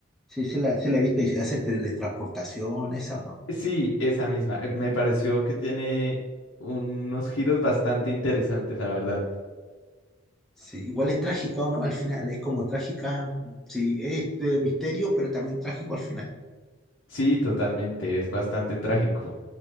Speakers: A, in the centre; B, on the left.
A: sí, sí la, sí la he visto y hace teletransportación, esa, ¿o no?
B: Sí, esa misma. Eh, Me pareció que tiene unos giros bastante interesantes, la verdad.
A: Sí, igual es trágica o no al final, es como trágica, sí, es de misterio, pero también trágico al final.
B: Sí, totalmente, es bastante trágico.